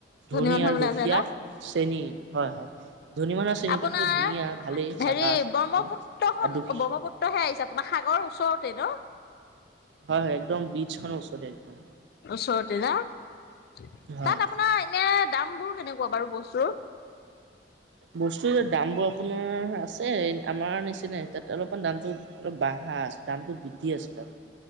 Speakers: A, on the right (about 90°); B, on the left (about 60°).
A: ধনী
B: মানুহ
A: আৰু
B: বোলে
A: দুখীয়া
B: আছে ন
A: শ্ৰেণী হয় হয় ধনী মানুহৰ শ্ৰেণীটো
B: আপোনাৰ
A: ধুনীয়া ভালেই চাফা
B: হেৰি
A: চিকুণ
B: ব্ৰহ্মপুত্ৰখন
A: আৰু দুখী
B: ব্ৰহ্মপুত্ৰ সে হিচাপে তোমা সাগৰ ওচৰতে ন
A: হয় হয় একদম বীজখন ওচৰত একদম
B: ওচৰতে না তাত
A: হয়।
B: আপোনাৰ এনে দাম বোৰ কেনে- কোৱা বাৰু বস্তু টো
A: বস্তুৰ দামবোৰ আপোনাৰ আছে আমাৰ নিচিনাাই তাত অলপমান দামটো অলপ বাঢ়া আছে দামটো বৃদ্ধি আছে তাত